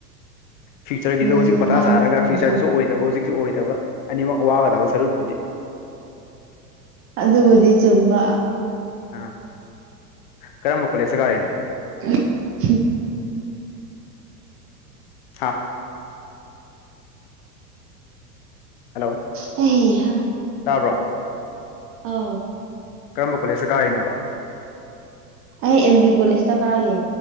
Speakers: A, on the left (about 35°); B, on the right (about 30°).
A: ꯐ꯭ꯌꯨꯆꯔꯒꯤꯗꯣ
B: ꯎꯝ
A: ꯍꯧꯖꯤꯛ ꯃꯊꯥ
B: ꯃꯥꯅꯤ
A: ꯁꯥꯔꯒ ꯐ꯭ꯌꯨꯆꯔꯗꯁꯨ
B: ꯑꯗꯨ
A: ꯑꯣꯏꯗꯕ ꯍꯧꯖꯤꯛꯁꯨ ꯑꯣꯏꯗꯕ ꯑꯅꯤꯃꯛ ꯋꯥꯒꯗꯕ ꯁꯔꯨꯛꯄꯨꯗꯤ
B: ꯑꯗꯨꯕꯨꯗꯤ ꯆꯨꯝꯕ
A: ꯑꯥ ꯀꯔꯝꯕ ꯀꯣꯂꯦꯖꯇ ꯀꯥꯔꯤꯅꯣ
B: <unintelligible>
A: ꯍꯥ ꯍꯜꯂꯣ
B: ꯍꯩꯍꯥ
A: ꯇꯥꯕ꯭ꯔꯣ
B: ꯑꯥꯎ
A: ꯀꯔꯝꯕ ꯀꯣꯂꯦꯁꯇ ꯀꯥꯔꯤꯅꯣꯕ
B: ꯑꯩ ꯑꯦꯝ ꯕꯤ ꯀꯣꯂꯦꯖꯇ ꯀꯥꯏꯌꯦ